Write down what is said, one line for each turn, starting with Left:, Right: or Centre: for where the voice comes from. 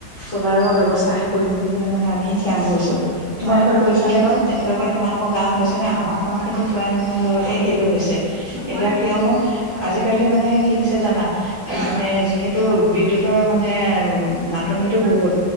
Left: চলাৰৰ ব্যৱস্থাহে কৰিম বুলি পেললে মানে আমি থিয়াং কৰিছোঁ তোমালোকে
Right: হয়
Left: কৰিছ নে বাৰু তেনেকুৱাকে
Right: হয় হয়
Left: তোমালোকৰ গাঁৱত হৈছে নে আমাৰ গাঁৱত কিন্তু
Right: হয়
Left: প্ৰায় মানুহৰ ঘৰতেই সেইটো হৈছে
Right: মই হোৱা
Left: এতিয়া
Right: নাই
Left: কিয়নো
Right: বাৰু ভাবিছোঁহে
Left: আজিকালি
Right: বাৰু
Left: মানে কি হৈছে জানা
Right: হয়
Left: মানে
Right: হয়
Left: যিহেতু বিদ্যুৎ মানে নাটনিতটো
Right: পৰিমাণ
Left: বহুত